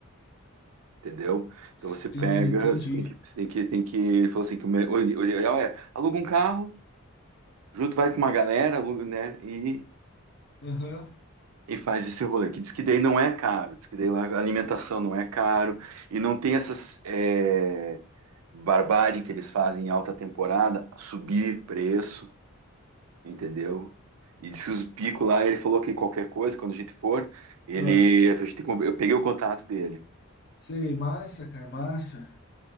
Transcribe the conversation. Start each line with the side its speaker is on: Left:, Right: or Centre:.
Right: Entendeu?
Left: Sim,
Right: Então você pega,
Left: entendi.
Right: você tem que, você tem que, tem que, ele falou assim, que o me- o ideal é, aluga um carro, junto vai com uma galera, aluga, né, e,
Left: Aham.
Right: e faz esse rolê, que diz que daí não é caro, diz que daí lá a alimentação não é caro, e não tem essas é, barbárie que eles fazem em alta temporada, subir preço, entendeu? E diz que os picos lá, ele falou que qualquer coisa, quando a gente for, ele,
Left: Ah,
Right: a gente, eu peguei o contato dele,
Left: sei, massa, cara, massa.